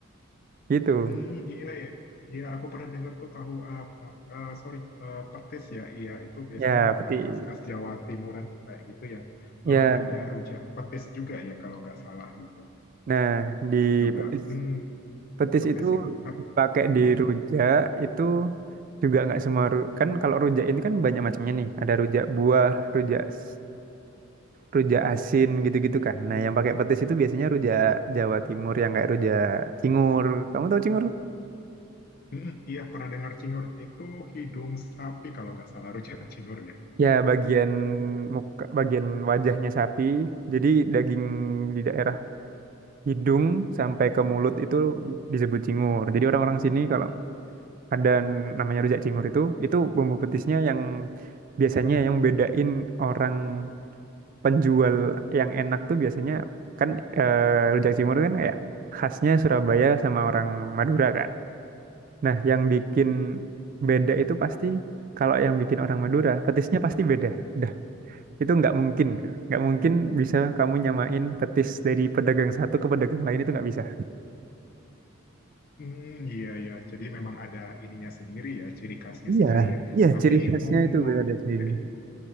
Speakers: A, on the right; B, on the left.
A: Gitu.
B: Hmm, iya ya. Iya, aku pernah dengar tuh tahu eh po- eh, sorry eh, petis ya. Iya, itu biasanya
A: Ya,
B: makanan
A: petis.
B: khas-khas Jawa Timuran kayak gitu ya.
A: Ya,
B: Eh, ada rujak petis juga ya kalau nggak salah gitu.
A: Nah, di
B: Juga
A: petis
B: hmm,
A: petis
B: petis
A: itu
B: ya. Tap-
A: pakai di
B: hmm,
A: rujak itu juga nggak semua ru- kan kalau rujak ini kan banyak macamnya nih. Ada rujak buah, rujak s- rujak asin gitu-gitu kan. Nah, yang pakai petis itu biasanya rujak Jawa Timur yang kayak rujak cingur. Kamu tahu cingur?
B: hmm, iya pernah dengar cingur. Itu hidung sapi kalau nggak salah rujak <laughs> cingur ya.
A: Ya, bagian muka, bagian wajahnya sapi. Jadi daging di daerah hidung sampai ke mulut itu disebut cingur. Jadi orang-orang sini kalau ada namanya rujak cingur itu itu bumbu petisnya yang biasanya yang bedain orang penjual yang enak tuh biasanya kan eh, rujak cingur kan kayak khasnya Surabaya sama orang Madura kan nah yang bikin beda itu pasti kalau yang bikin orang Madura petisnya pasti beda udah itu nggak mungkin nggak mungkin bisa kamu nyamain petis dari pedagang satu ke pedagang lain itu nggak bisa
B: Hmm, iya ya. Jadi memang ada ininya sendiri ya, ciri khasnya
A: Iya,
B: sendiri ya.
A: iya,
B: Tapi
A: ciri khasnya khasnya
B: ngomong-ngomong
A: itu beda sendiri
B: ciri.